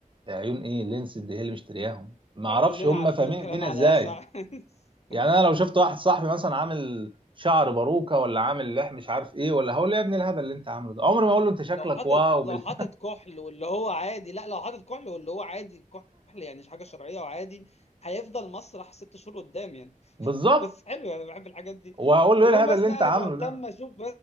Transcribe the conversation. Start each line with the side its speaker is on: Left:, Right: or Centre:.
Right: يا عيون ايه لينس دي هي اللي مشترياهم ما
Left: آه،
Right: اعرفش
Left: كلنا
Right: هم
Left: عارفين
Right: فاهمين
Left: الكلام
Right: الدنيا
Left: على
Right: ازاي
Left: ايه ساعة <laughs>
Right: يعني انا لو شفت واحد صاحبي مثلا عامل شعر باروكه ولا عامل لح مش عارف ايه ولا هقول له يا ابني الهبل اللي انت عامله ده عمري ما هقول له انت شكلك
Left: لو حاطط
Right: واو
Left: لو
Right: بال...
Left: حاطط كحل واللي هو عادي لا لو حاطط كحل واللي هو عادي كحل يعني مش حاجه شرعيه وعادي هيفضل مسرح ست شهور قدام يعني
Right: <laughs> بالظبط
Left: بس حلو انا بحب الحاجات دي
Right: وهقول له
Left: المهم
Right: ايه الهبل اللي
Left: بس لا
Right: انت
Left: انا
Right: عامله
Left: بهتم
Right: ده
Left: اشوف